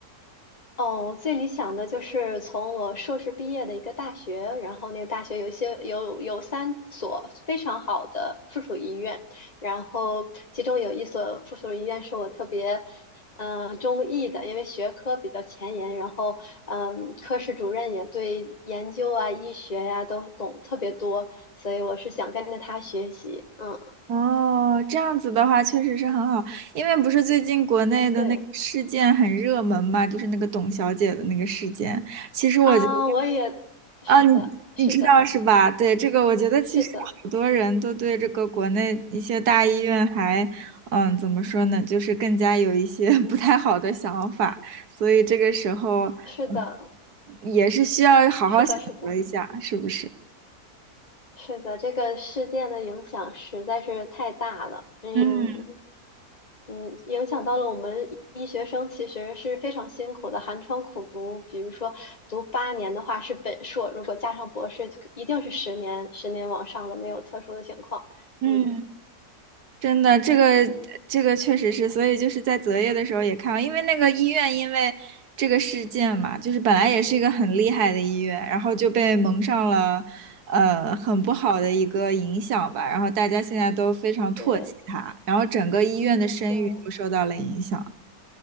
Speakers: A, on the left; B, on the right.
A: 哦，我最理想的就是从我硕士毕业的一个大学，然后那个大学有一些有有三所非常好的附属医院，然后其中有一所附属医院是我特别嗯、呃中意的，因为学科比较前沿，然后嗯、科室主任也对研究啊、医学呀、都懂特别多，所以我是想跟着他学习。嗯，
B: 哦，这样子的话确实是很好，因为不是最近国内的那个事件很热门嘛，
A: 对
B: 就是那个董小姐的那个事件。其实我觉得。
A: 啊，我也是的，
B: 啊，你你知道是吧？
A: 是的，
B: 对，这个我觉得其实好多人都对这个国内一些大医院还，
A: 是的，
B: 嗯，怎么说呢，就是更加有一些 <laughs> 不太好的想法，所以这个时候嗯
A: 是的，
B: 也是需要好好选择一下，
A: 是的，是的。
B: 是不是？
A: 是的，这个事件的影响实在是太大了，嗯
B: 嗯
A: 嗯，影响到了我们医学生其实是非常辛苦的，寒窗苦读。比如说读八年的话是本硕，如果加上博士，一定是十年，十年往上了，没有特殊的情况。
B: 嗯，
A: 嗯
B: 真的，这个
A: 嗯，
B: 这个确实是，所以就是在择业的时候也看到，因为那个医院因为这个事件嘛，就是本来也是一个很厉害的医院，然后就被蒙上了呃很不好的一个影响吧，然后大家现在都非常唾弃它，
A: 对
B: 然后整个医院的声誉都受到了影响。
A: 对，